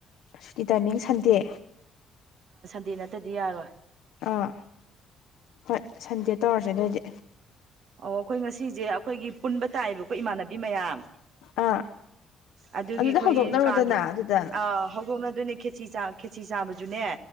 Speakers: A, on the left; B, on the right.
A: ꯁꯤ ꯇꯥꯏꯃꯤꯡ ꯁꯟꯗꯦ
B: ꯗꯦ ꯅꯠꯇꯗꯤ ꯌꯥꯔꯣꯏ
A: ꯑꯥ ꯍꯣꯏ ꯁꯟꯗꯦ ꯇꯧꯔꯁꯦ ꯑꯗꯨꯑꯣꯏꯗꯤ
B: ꯑꯣ ꯑꯩꯈꯣꯏ ꯉꯁꯤꯁꯦ ꯑꯩꯈꯣꯏꯒꯤ ꯄꯨꯟꯕ ꯇꯥꯏꯌꯦꯕꯀꯣ ꯏꯃꯥꯟꯅꯕꯤ ꯃꯌꯥꯝ
A: ꯑꯥ
B: ꯑꯗꯨꯒꯤ
A: ꯑꯗꯨꯗ
B: ꯑꯩꯈꯣꯏꯒꯤ
A: ꯍꯧꯗꯣꯛꯅꯔꯣꯗꯅ
B: ꯀꯥꯡꯥꯒꯤ
A: ꯑꯗꯨꯗ
B: ꯍꯧꯗꯣꯡꯅ ꯑꯗꯨꯅꯦ ꯈꯦꯆ ꯆꯥꯈꯤ ꯈꯦꯆ ꯆꯥꯕꯁꯨꯅꯦ